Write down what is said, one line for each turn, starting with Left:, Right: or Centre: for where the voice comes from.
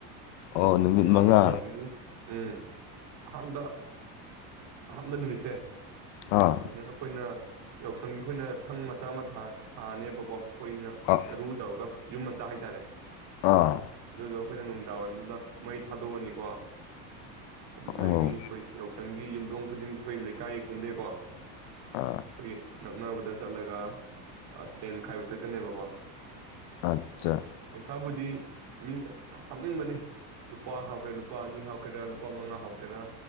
Left: ꯑꯣ ꯅꯨꯃꯤꯠ
Right: ꯃꯉꯤꯅꯤ
Left: ꯃꯉꯥ
Right: ꯇꯧꯅꯤ ꯎꯝ ꯑꯍꯥꯟꯕ ꯑꯍꯥꯟꯕ ꯅꯨꯃꯤꯠꯁꯦ
Left: ꯑꯥ
Right: ꯑꯗꯨꯅ ꯑꯩꯈꯣꯏꯅ ꯌꯥꯎꯁꯪꯒꯤ ꯑꯩꯈꯣꯏꯅ ꯁꯪ ꯃꯆꯥ ꯑꯃ ꯁꯥ ꯁꯤꯅꯦꯕꯀꯣ ꯑꯩꯈꯣꯏꯅ
Left: ꯑꯥ
Right: ꯆꯔꯨ ꯇꯧꯔꯒ ꯌꯨꯝ ꯃꯆꯥ ꯍꯥꯏꯇꯥꯔꯦ
Left: ꯑꯥ
Right: ꯑꯗꯨꯗ ꯑꯩꯈꯣꯏꯅ ꯅꯨꯡꯗꯥꯡꯋꯥꯏꯔꯝꯗꯨꯗ ꯃꯩ ꯊꯥꯗꯣꯛꯑꯅꯤꯀꯣ ꯑꯗꯨꯗꯒꯤ
Left: ꯑꯧ
Right: ꯑꯩꯈꯣꯏ ꯌꯥꯎꯁꯪꯒꯤ ꯌꯨꯝꯊꯣꯡ ꯈꯨꯗꯤꯡꯒꯤ ꯑꯩꯈꯣꯏ ꯂꯩꯀꯥꯏ ꯈꯪꯗꯦꯀꯣ
Left: ꯑꯥ
Right: ꯈꯣꯏꯒꯤ ꯅꯛꯅꯕꯗ ꯆꯠꯂꯒ ꯁꯦꯟ ꯈꯥꯏꯕ ꯆꯠꯀꯅꯦꯕꯀꯣ
Left: ꯑꯠꯆꯥ
Right: ꯄꯩꯁꯥꯕꯨꯗꯤ ꯃꯤ ꯍꯥꯞꯅꯤꯡꯕꯅꯤ ꯂꯨꯄꯥ ꯍꯥꯎꯒꯦꯔꯥ ꯂꯨꯄꯥ ꯑꯅꯤ ꯍꯥꯎꯀꯦꯔꯥ ꯂꯨꯄꯥ ꯃꯉꯥ ꯍꯧꯥꯎꯒꯦꯔꯥ